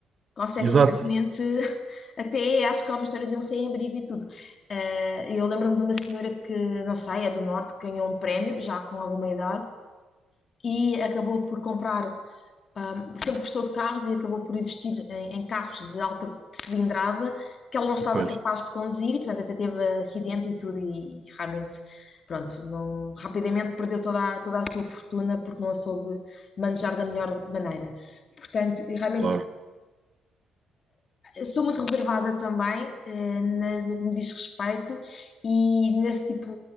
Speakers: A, on the left; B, on the right.
A: Conseguem
B: Exato.
A: realmente, <laughs> até acho que há uma história de um sem-abrigo e tudo. Eh, eu lembro-me de uma senhora que, não sei, é do Norte, que ganhou um prémio, já com alguma idade, e acabou por comprar, ahm, sempre gostou de carros e acabou por investir em, em carros de alta cilindrada que ela não estava
B: E, Pois,
A: capaz de conduzir, e portanto até teve acidente e tudo, e, realmente, pronto, não, rapidamente perdeu toda a, toda a sua fortuna porque não a soube manejar da melhor maneira. Portanto, e realmente
B: claro.
A: sou muito reservada também, eh, na- no que me diz respeito e nesse tipo,